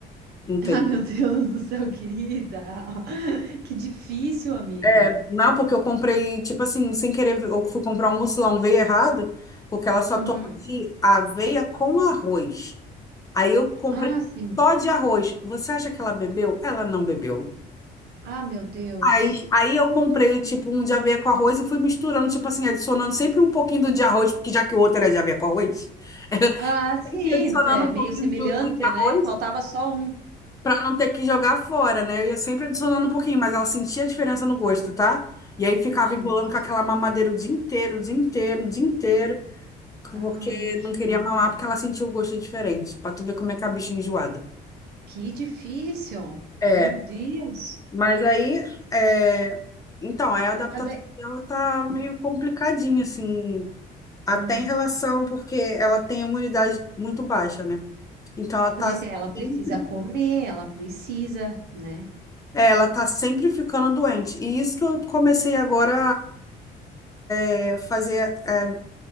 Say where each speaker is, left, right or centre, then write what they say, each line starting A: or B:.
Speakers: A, on the right; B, on the left.
A: <laughs>
B: Entendeu?
A: Ah, meu Deus do céu, querida. <laughs> Que difícil, amiga.
B: É, não, porque eu comprei, tipo assim, sem querer, eu fui comprar um mucilão, veio errado, porque ela só
A: Uhum.
B: toma de aveia com arroz. Aí eu comprei
A: Ah, sim.
B: só de arroz. Você acha que ela bebeu? Ela não bebeu.
A: Ah, meu Deus.
B: Aí, aí eu comprei, tipo, um de aveia com arroz e fui misturando, tipo assim, adicionando sempre um pouquinho do de arroz, porque já que o outro era de aveia com arroz, <laughs>
A: Ah, sim,
B: sempre adicionando
A: tá, é
B: um
A: meio
B: pouquinho
A: semelhante,
B: do, do de arroz.
A: né? Faltava só um.
B: Pra não ter que jogar fora, né? Eu ia sempre adicionando um pouquinho, mas ela sentia a diferença no gosto, tá? E aí ficava
A: Ah,
B: enrolando
A: meu Deus.
B: com aquela mamadeira o dia inteiro, o dia inteiro, o dia inteiro, porque
A: Ai, querida.
B: não queria mamar porque ela sentia o gosto diferente, pra tu ver como é que é a bichinha enjoada.
A: Que difícil. Meu
B: É,
A: Deus.
B: mas aí, é... então, aí a adaptação
A: Mas daí.
B: dela tá meio complicadinha, assim, até
A: Ah.
B: em relação, porque ela tem a imunidade muito baixa, né? Então ela tá
A: Pois é, ela precisa
B: sempre,
A: comer, ela precisa, né?
B: é, ela tá sempre ficando doente. E isso que eu comecei agora é, fazer, é,